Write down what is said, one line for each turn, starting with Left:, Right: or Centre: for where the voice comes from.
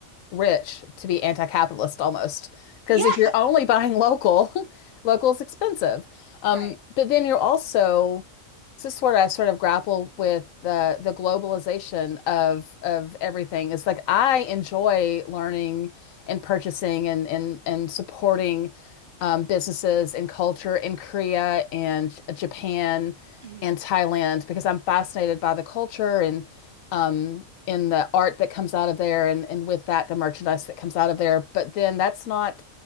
Left: rich to be anti-capitalist almost. Because
Right: Yeah,
Left: if you're only buying local, <laughs> local is expensive. Um,
Right: right.
Left: but then you're also This is sort of I sort of grapple with the the globalization of of everything. It's like I enjoy learning and purchasing and and and supporting um, businesses and culture in Korea and Japan
Right: hmm
Left: and Thailand because I'm fascinated by the culture and um, in the art that comes out of there and and with that the merchandise that comes out of there. But then that's not